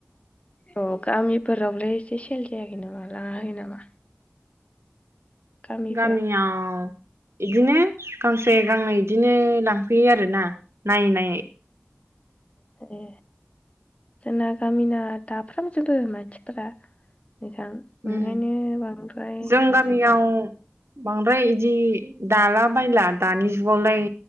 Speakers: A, on the left; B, on the right.
A: अ गामिफोरावलाय एसे सेल जायाखै नामा लाङाखै नामा? गामिफोराव
B: गामियाव इदिनो गांसे गांनै बिदिनो लांफैयो आरोना नायै नायै।
A: ए जोंना गामिना दाफ्रामजोबो मानसिफोरा। नोंथां
B: उम
A: ओंखायनो बांद्राय
B: जों गामियाव बांद्राय इदि दाला बायला दानि जुगावलाय